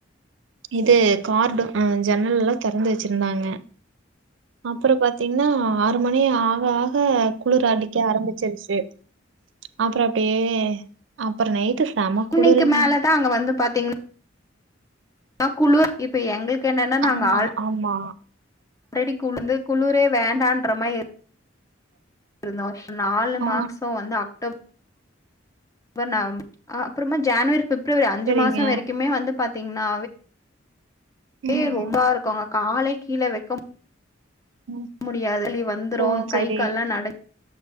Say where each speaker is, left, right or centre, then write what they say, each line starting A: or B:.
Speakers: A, on the right; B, on the left.
A: இது கார்டோ ஆ ஜன்னல்லா தெறந்து வெச்சிருந்தாங்க அப்றோ பாத்தீங்ன்னா ஆறு மணி ஆக ஆக குளிர் அடிக்க ஆரம்பிச்சிருச்சு அப்றோ அப்டியே அப்றோ நைட்டு செம குளிருங்க
B: இன்னைக்கு மேல தா அங்க வந்து பாத்தீங் னா குளுர் இப்ப எங்களுக்கு என்னன்னா
A: ஆ
B: நாங்க ஆல்
A: ஆமா
B: ரெடி குளுந்து குளுரே வேண்டான்ற மாரி இருந்தோ நாலு
A: ஆ
B: மாக்சோ வந்து அக்டோ பர் நவம் <inaudible> அ அப்றமா ஜேன்வரி பிப்ரவரி அஞ்சு
A: சரிங்க
B: மாசோ வரைக்குமே வந்து பாத்தீங்ன்னா
A: ம்
B: வே ரொம்ப <inaudible> இருக்குங்க காலே கீழ வெக்க
A: ம்
B: முடியாது வலி வந்துரு
A: ஓ சரி
B: கை கால்லா நடு